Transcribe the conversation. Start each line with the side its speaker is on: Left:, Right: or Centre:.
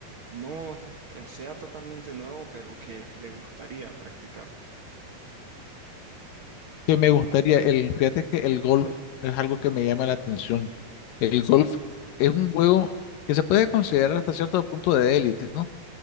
Right: no eh, sea totalmente nuevo, pero que le gustaría practicar.
Left: que me gustaría, el, fíjate que el golf es algo que me llama la atención. El golf es un juego que se puede considerar hasta cierto punto de élite, ¿no?